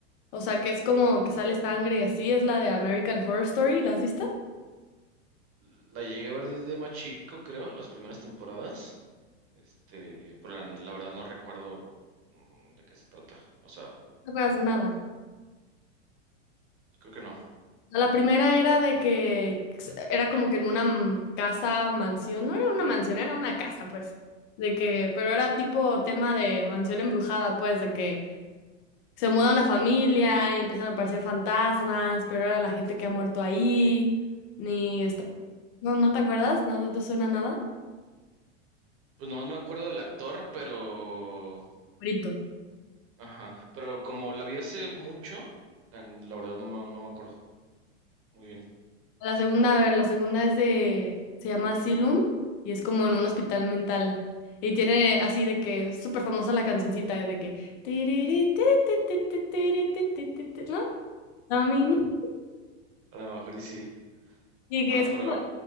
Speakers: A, on the left; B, on the right.
A: o sea, que es como que sale sangre y así, es la de American Horror Story. ¿La has visto?
B: La llegué a ver desde más chico, creo, las primeras temporadas. Este, pero la, la verdad no recuerdo mm, de qué se trata. O sea,
A: No acuerdas de nada.
B: creo que no.
A: No, La primera era de que era como que en una m- casa, mansión, no era una mansión, era una casa, pues. De que, pero era tipo tema de mansión embrujada, pues, de que Se muda una familia y empiezan a aparecer fantasmas, pero ahora la gente que ha muerto ahí, ni
B: Mm,
A: está... ¿No, no te acuerdas? ¿No, no te suena nada?
B: Pues nomás me acuerdo del actor, pero...
A: Brito.
B: Ajá, pero como la vi hace mucho, la, la verdad no me, no me acuerdo muy bien.
A: La segunda, a ver, la segunda es de... Se llama Asylum y es como en un hospital mental. Y tiene así de que es súper famosa la cancioncita de que... "Tiriri, ti, ti, ti, ti, tiri, ti, ti, ti, ti", ¿No? A mí ni-
B: A lo mejor y sí.
A: Y
B: No,
A: que es
B: pero
A: como